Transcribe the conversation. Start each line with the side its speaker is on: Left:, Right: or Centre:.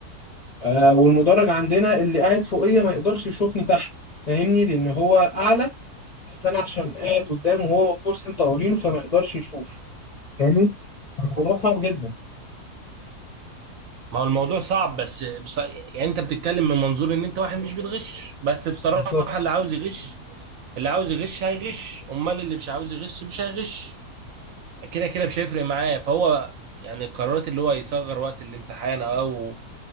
Left: آه والمدرج عندنا اللي قاعد فوقيه ما يقدرش يشوفني تحت فاهمني؟ لان هو اعلى بس انا عشان قاعد قدامه وهو الكرسي انت قارينه فما يقدرش يشوف فاهمني؟ الموضوع صعب جدا
Right: ما هو الموضوع صعب بس بص... يعني انت بتتكلم من منظور ان انت واحد مش بتغش بس بصراحة
Left: بالظبط
Right: اللي عاوز يغش اللي عاوز يغش هيغش امال اللي مش عاوز يغش مش هيغش كده كده مش هيفرق معاه فهو يعني القرارات اللي هو يصغر وقت الامتحان او